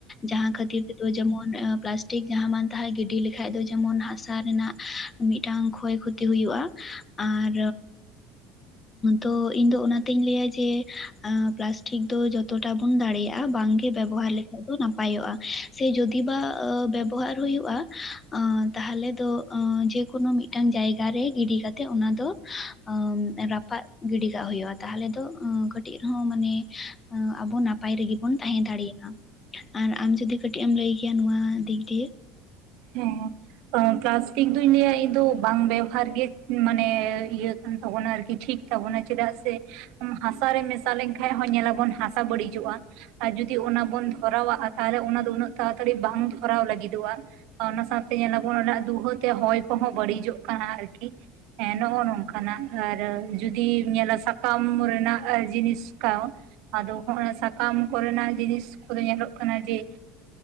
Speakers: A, on the left; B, on the right.
A: ᱡᱟᱦᱟᱸ ᱠᱷᱟᱹᱛᱤᱨ ᱛᱮᱫᱚ ᱡᱮᱢᱚᱱ ᱯᱞᱟᱥᱼᱼ ᱴᱤᱠ ᱡᱟᱦᱟᱸ ᱢᱟᱱ ᱛᱟᱦᱟᱸ ᱜᱤᱰᱤ ᱞᱮᱠᱷᱟᱡ ᱫᱚ ᱡᱮᱢᱚᱱ ᱦᱟᱥᱟ ᱨᱮᱱᱟᱜ ᱢᱤᱫᱴᱟᱝ ᱠᱷᱚᱭ ᱠᱷᱚᱛᱤ ᱦᱩᱭᱩᱜᱼᱟ᱾ ᱟᱨ ᱛᱚ ᱤᱧ ᱫᱚ ᱚᱱᱟᱛᱮᱧ ᱞᱟᱹᱭᱟ ᱡᱮ ᱯᱞᱟᱥᱴᱤᱠ ᱛᱚ ᱡᱚᱛᱚᱴᱟ ᱵᱚᱱ ᱫᱟᱲᱮᱭᱟᱜᱼᱟ ᱵᱟᱝᱜᱮ ᱵᱮᱵᱚᱦᱟᱨ ᱞᱮᱠᱷᱟᱡ ᱫᱚ ᱱᱟᱯᱟᱭᱚᱜᱼᱟ᱾ ᱥᱮ ᱡᱩᱫᱤ ᱵᱟ ᱵᱮᱵᱚᱦᱟᱨ ᱦᱩᱭᱩᱜᱼᱟ, ᱟᱸ ᱛᱟᱦᱚᱞᱮ ᱫᱚ ᱟᱸ ᱡᱮᱠᱳᱱᱳ ᱢᱤᱫᱴᱟᱝ ᱡᱟᱭᱜᱟ ᱨᱮ ᱜᱤᱰᱤ ᱠᱟᱛᱮᱜ ᱚᱱᱟ ᱫᱚ ᱟᱸ ᱨᱟᱯᱟᱜ ᱜᱤᱰᱤ ᱠᱟᱜ ᱦᱩᱭᱩᱜᱼᱟ᱾ ᱛᱟᱦᱞᱮ ᱫᱚ ᱠᱟᱹᱴᱤᱡ ᱨᱮᱦᱚᱸ ᱢᱟᱱᱮ ᱟᱵᱚ ᱱᱟᱯᱟᱭ ᱨᱮᱜᱮᱵᱩᱱ ᱛᱟᱦᱮᱸ ᱫᱟᱲᱮᱭᱟᱜᱼᱟ᱾ ᱟᱨ ᱟᱢ ᱡᱚᱫᱤ ᱠᱟᱹᱴᱤᱡ ᱮᱢ ᱞᱟᱹᱭ ᱠᱮᱭᱟ ᱱᱚᱶᱟ ᱫᱤᱠ ᱫᱤᱭᱮ᱾
B: ᱦᱮᱸ, ᱯᱞᱟᱥᱴᱤᱠ ᱫᱚᱧ ᱞᱟᱹᱭᱟ ᱤᱧ ᱫᱚ ᱵᱟᱝ ᱵᱮᱣᱦᱟᱨ ᱜᱮ ᱢᱟᱱᱮ ᱤᱭᱟᱹ ᱛᱟᱵᱚᱱᱟ ᱟᱨᱠᱤ ᱴᱷᱤᱠ ᱛᱟᱵᱚᱱᱟ ᱪᱮᱫᱟᱜ ᱥᱮ ᱦᱟᱥᱟᱨᱮ ᱢᱮᱥᱟ ᱞᱮᱱᱠᱟᱡ ᱦᱚᱸ ᱧᱮᱞᱟᱵᱚᱱ ᱦᱟᱥᱟ ᱵᱟᱹᱲᱤᱡᱚᱜᱼᱟ᱾ ᱟᱨ ᱡᱩᱫᱤ ᱚᱱᱟ ᱵᱚᱱ ᱫᱷᱚᱨᱟᱣᱟ ᱟᱨ ᱛᱟᱦᱚᱞᱮ ᱚᱱᱟ ᱫᱚ ᱩᱱᱟᱹᱜ ᱛᱟᱲᱟᱛᱟᱹᱲᱤ ᱵᱟᱝ ᱫᱷᱚᱨᱟᱣ ᱞᱟᱹᱜᱤᱫᱚᱜᱼᱟ᱾ ᱚᱱᱟ ᱥᱟᱶᱛᱮ ᱧᱮᱞᱟᱵᱚᱱ ᱚᱱᱟ ᱨᱮᱱᱟᱜ ᱫᱩᱦᱟᱹᱛᱮ ᱦᱚᱭ ᱠᱚᱦᱚᱸ ᱵᱟᱹᱲᱤᱡᱚᱜ ᱠᱟᱱᱟ ᱟᱨᱠᱤ ᱦᱮᱸ ᱱᱚᱜ-ᱚ ᱱᱚᱝᱠᱟᱱᱟᱜ, ᱟᱨ ᱡᱩᱫᱤᱢ ᱧᱮᱞᱟ ᱥᱟᱠᱟᱢ ᱨᱮᱱᱟᱜ ᱡᱤᱱᱤᱥ ᱠᱟᱣ ᱟᱫᱚ ᱦᱚᱸᱜ-ᱚᱭ ᱥᱟᱠᱟᱢ ᱠᱚᱨᱮᱱᱟᱜ ᱡᱤᱱᱤᱥ ᱠᱚᱫᱚ ᱧᱮᱞᱚᱜ ᱠᱟᱱᱟ ᱡᱮ